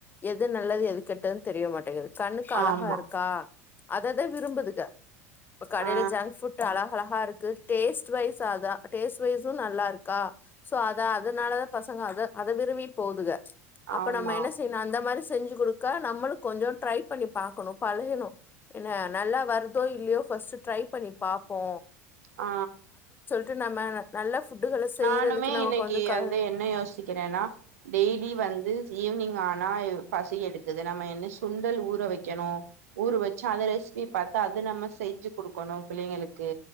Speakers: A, on the left; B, on the right.
A: எது நல்லது எது கெட்டதுன்னு தெரிய மாட்டேங்குது கண்ணுக்கு அழகா
B: ஆமா
A: இருக்கா அததா விரும்புதுங்க இப்ப கடையில
B: ஆ
A: ஜங்க் ஃபுட் அழக அழகா இருக்கு டேஸ்ட் வைஸ் அதா டேஸ்ட் வைஸு நல்லா இருக்கா சோ அத அதனாலதா பசங்க அத அத விரும்பி போதுக அப்ப
B: ஆமா
A: நம்ம என்ன செய்யணு அந்த மாரி செஞ்சு கொடுக்கா நம்மளுக்கு கொஞ்சு ட்ரை பண்ணி பாக்கணு பழையணு என்ன நல்லா வருதோ இல்லையோ ஃபஸ்ட் ட்ரை பண்ணி பாப்போ
B: ஆ
A: டு நம்ம நல்ல ஃபுட்டுகள செய்யறதுக்கு
B: நானுமே
A: நமக்கு
B: இன்னைக்கு
A: க
B: வந்து என்ன யோசிக்கிறேன்னா டெய்லி வந்து ஈவினிங் ஆனா பசி எடுக்குது நம்ம என்ன சுண்டல் ஊற வைக்க கணு ஊற வச்சு அந்த ரெசிபி பாத்தா அத நம்ம செஞ்சு கொடுக்கணு பிள்ளைங்களுக்கு